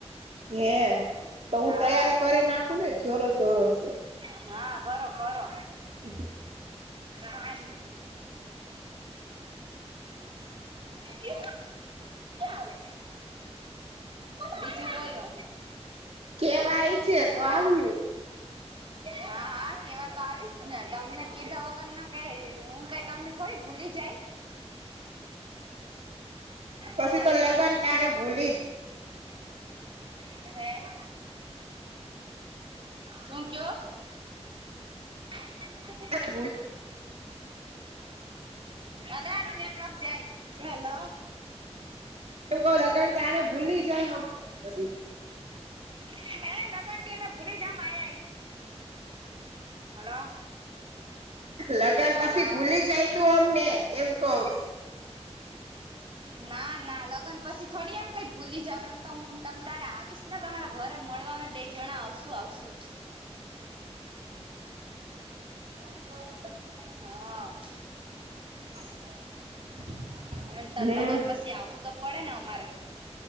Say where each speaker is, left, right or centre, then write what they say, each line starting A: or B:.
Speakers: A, on the right; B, on the right.
A: હે તો હું
B: હા
A: તૈયારી કરી નાખું ને જોરસ ઓરોસ
B: હા કરો કરો
A: પછી
B: રાડ
A: <inaudible>
B: એ ઓ આવે બીજું બોલો
A: કેવાય છે તો આવ્યું
B: હા હા કેવા તો આવીશ ને તમને કીધા વગર ના કઈ હું કઈ તમને થોડી ભૂલી જાય
A: પછી
B: હું કરે
A: તો લગ્ન ટાણે ભૂલી જ
B: હે શું કયો ર
A: એમ
B: હારું નેટવર્ક જાયશ હલો
A: એમ ક લગન તને ભૂલી જાય હમછ
B: હ લગન ટી મે ભૂલી જામ આ્યા હલો
A: લગ્ન પછી
B: હલો
A: ભૂલી જાય તું અમને એમ કહ
B: ના ના લગ્ન પછી થોડી એમ કઈ ભૂલી જાવ એમ તો હું તમ તારે આવીશ નાને તમારા ઘરે મળવા બે જણા આવશુ આવશું
A: કથવા
B: હા
A: <inaudible>
B: હમે તો
A: હમ
B: લગ્ન પછી આવવું તો પડે ને અમારે.